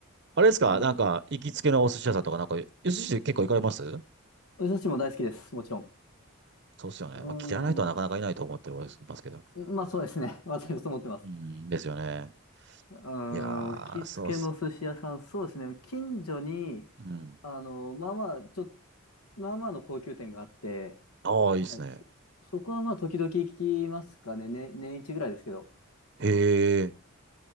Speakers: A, on the right; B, on the left.
A: あれですかなんか、
B: なんか、
A: 行きつけのお寿司屋さんとか、なんか、お寿司結構行かれます
B: お寿司も大好きです。もちろん。
A: そうっすよね。
B: う
A: まあ、嫌いな人はなかなかいないと思ってますけど。
B: ーん。まあそうですね。<laughs> 私もそう思ってます。
A: うん、うんですよね。
B: うー
A: いや
B: ん。行きつけの寿司屋さん、
A: ー、そうっす。
B: そうですね。近所に、
A: うん。
B: あの、まあまあ、ちょ、まあまあの高級店があって、
A: ああ、いいっすね。
B: はい、そ、そこはまあ時々行きますかね。ね、年一ぐらいですけど。
A: へえ。